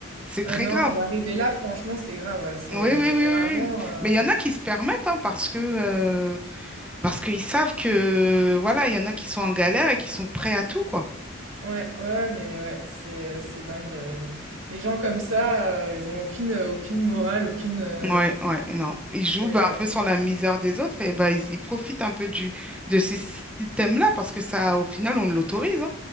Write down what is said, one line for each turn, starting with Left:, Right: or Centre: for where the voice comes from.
Centre: C'est très
Right: Ah non,
Centre: grave.
Right: en arriver là, franchement, c'est grave, ouais, c'est
Centre: Oui, oui, oui,
Right: c'est
Centre: oui.
Right: vraiment...
Centre: oui.
Right: euh,
Centre: Mais il y en a qui se permettent hein, parce que euh, parce qu'ils savent que voilà, il y en a qui sont en galère et qui sont prêts à tout, quoi.
Right: Ouais, ouais, ouais, mais ouais, c'est c'est dingue. euh, Les les gens comme ça, euh, ils ont aucune, euh, aucune morale, aucune... euh,
Centre: Ouais, ouais, non. Ils jouent
Right: c'est-
Centre: bah,
Right: Ouais.
Centre: un peu sur la misère des autres et bah, ils, ils profitent un peu du, de ces systèmes-là parce que ça, au final, on l'autorise. hein.